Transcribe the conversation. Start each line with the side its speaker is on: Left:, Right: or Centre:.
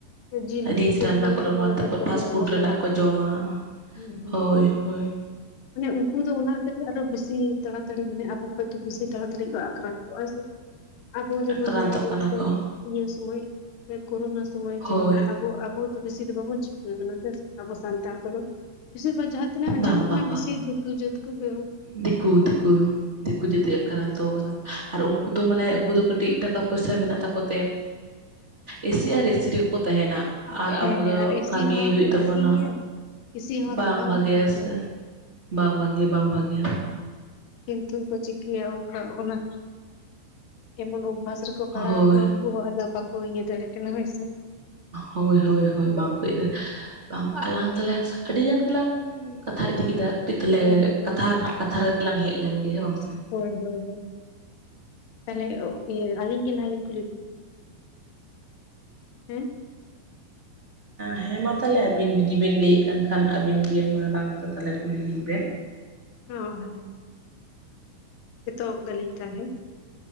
Left: ᱡᱤᱞ ᱩᱛᱩ
Right: ᱨᱤᱪ ᱨᱟᱱᱱᱟ
Left: ᱤᱭᱟᱹ
Right: ᱠᱚ
Left: ᱩᱛᱩ
Right: ᱨᱚᱢᱟ ᱛᱟᱨᱯᱚᱨ
Left: ᱡᱚᱛᱚ
Right: ᱯᱷᱟᱥᱴ
Left: ᱜᱮ
Right: ᱯᱷᱩᱰ
Left: ᱢᱚᱥᱞᱟ
Right: ᱨᱮᱱᱟᱜ ᱠᱚ ᱡᱚᱢᱟ
Left: ᱦᱩᱸ
Right: ᱦᱳᱭ
Left: ᱦᱩᱸ ᱦᱩᱸ
Right: ᱦᱳᱭ
Left: ᱢᱟᱱᱮ ᱩᱱᱠᱩ ᱫᱚ ᱚᱱᱟ ᱛᱮᱜᱮ ᱟᱨᱚ ᱵᱮᱥᱤ ᱛᱟᱲᱟᱛᱟᱲᱤ ᱢᱟᱱᱮ ᱟᱵᱚ ᱠᱷᱚᱡ ᱫᱚ ᱵᱮᱥᱤ ᱛᱟᱲᱟᱛᱟᱲᱤ ᱠᱚ ᱟᱠᱨᱟᱱᱛᱚᱜᱼᱟ ᱥᱮ ᱟᱵᱚ ᱡᱮᱢᱚᱱ
Right: ᱟᱠᱨᱟᱱᱛᱚᱜ
Left: ᱧᱮᱞ ᱵᱤᱱ
Right: ᱠᱟᱱᱟ
Left: ᱥᱮ
Right: ᱠᱚ
Left: ᱤᱭᱟᱹ ᱥᱚᱢᱚᱭ ᱠᱳᱨᱳᱱᱟ ᱥᱚᱢᱚᱭ ᱡᱮᱢᱚᱱ
Right: ᱦᱳᱭ
Left: ᱟᱵᱚ ᱟᱵᱚ ᱫᱚ ᱵᱮᱥᱤ ᱫᱚ ᱵᱟ ᱵᱚᱱ ᱪᱤᱠᱟ ᱠᱟᱱᱟ ᱡᱟᱥᱴᱤ ᱟᱵᱚ ᱥᱟᱱᱛᱟᱲ ᱠᱚᱫᱚ ᱵᱤᱥᱤᱨ ᱵᱷᱟᱜᱽ ᱡᱟᱦᱟ ᱛᱤᱱᱟᱜ ᱟᱸᱡᱚᱢ
Right: ᱵᱟᱝ ᱵᱟᱝ ᱵᱟᱝ
Left: ᱵᱤᱥᱤ ᱫᱩᱠᱟᱹ ᱡᱟᱹᱛ ᱠᱚᱫᱚ
Right: ᱫᱤᱠᱩ ᱫᱤᱠᱩ ᱫᱤᱠᱩ ᱡᱟᱹᱛᱤ ᱟᱠᱨᱟᱱᱛᱚ ᱠᱟᱱᱟ ᱟᱨ ᱩᱱᱠᱩ ᱫᱚ ᱢᱟᱱᱮ ᱩᱱᱠᱩ ᱫᱚ ᱠᱟᱹᱴᱤᱡ ᱴᱟᱠᱟ ᱯᱚᱭᱥᱟ ᱢᱮᱱᱟᱜ ᱛᱟᱠᱚ ᱛᱮ ᱮᱥᱤ ᱟᱨ ᱮᱥᱤ ᱨᱮᱜᱮ ᱠᱚ ᱛᱟᱦᱮᱸᱱᱟ ᱟᱨ
Left: ᱦᱮᱸ
Right: ᱟᱵᱚ
Left: ᱦᱮᱸ
Right: ᱫᱚ
Left: ᱟᱨ ᱮᱥᱤ
Right: ᱠᱟᱹᱢᱤ
Left: ᱦᱟᱣᱟ
Right: ᱦᱩᱭᱩᱜ
Left: ᱠᱤ ᱵᱷᱟᱜᱤ
Right: ᱛᱟᱵᱚᱱᱟ
Left: ᱜᱮᱭᱟ ᱮᱥᱤ ᱦᱟᱣᱟ
Right: ᱵᱟᱝ
Left: ᱛᱚ
Right: ᱵᱷᱟᱜᱮᱭᱟ
Left: ᱵᱷᱟᱜᱤ ᱜᱮᱭᱟ
Right: ᱥᱮ ᱵᱟᱝ ᱵᱷᱟᱜᱮ ᱵᱟᱝ ᱵᱷᱟᱜᱤᱭᱟ
Left: ᱠᱤᱱᱛᱩ ᱠᱚ ᱪᱤᱠᱟᱹᱭᱟ ᱚᱱᱠᱟ ᱚᱱᱟ ᱮᱢᱚᱱ ᱚᱵᱵᱷᱟᱥ ᱨᱮᱠᱚ ᱯᱟᱲᱟᱣ
Right: ᱦᱳᱭ
Left: ᱟᱠᱟᱱᱟ ᱠᱚ ᱟᱫᱚ ᱵᱟᱠᱚ ᱤᱭᱟᱹ ᱫᱟᱲᱮᱭᱟᱜ ᱠᱟᱱᱟ ᱦᱳᱭ ᱥᱮ
Right: ᱦᱳᱭ ᱦᱳᱭ ᱦᱳᱭ ᱵᱟᱝᱠᱚ ᱦᱮᱡ ᱫᱟᱲᱮᱭᱟᱜᱼᱟ ᱵᱟᱝ ᱟᱞᱟᱝ ᱛᱟᱦᱚᱞᱮ ᱟᱹᱰᱤ ᱜᱟᱱ ᱜᱮᱞᱟᱝ ᱠᱟᱛᱷᱟ ᱤᱫᱤ ᱠᱮᱫᱟ ᱠᱟᱹᱴᱤᱡ ᱛᱟᱦᱚᱞᱮ
Left: ᱦᱩᱸ ᱦᱩᱸ
Right: ᱠᱟᱛᱷᱟ
Left: ᱦᱩᱸ
Right: ᱨᱮᱱᱟᱜ ᱠᱟᱛᱷᱟ ᱨᱮᱜᱮᱞᱟᱝ ᱦᱮᱡ ᱞᱮᱱ ᱜᱮ ᱦᱮᱸ ᱵᱟᱝ ᱥᱮ
Left: ᱦᱳᱭ ᱦᱳᱭ ᱦᱳᱭ ᱛᱟᱦᱚᱞᱮ ᱟᱹᱞᱤᱧ ᱜᱮ ᱱᱟᱞᱤᱧ ᱠᱩᱞᱤ ᱵᱤᱱᱟ ᱦᱮᱸ
Right: ᱦᱮᱸ ᱢᱟ ᱛᱟᱦᱚᱞᱮ ᱟᱹᱵᱤᱱ ᱡᱩᱫᱤ ᱵᱮᱱ ᱞᱟᱹᱭᱮᱫ ᱠᱟᱱ ᱠᱷᱟᱱ ᱟᱹᱵᱤᱱ ᱜᱮ ᱢᱟᱲᱟᱝ ᱛᱮ ᱛᱟᱦᱚᱞᱮ ᱠᱩᱞᱤ ᱞᱤᱧ ᱵᱮᱱ
Left: ᱚ ᱦᱮᱸ ᱮᱛᱚᱦᱚᱵ ᱫᱟᱞᱤᱧ ᱛᱟᱦᱚᱞᱮ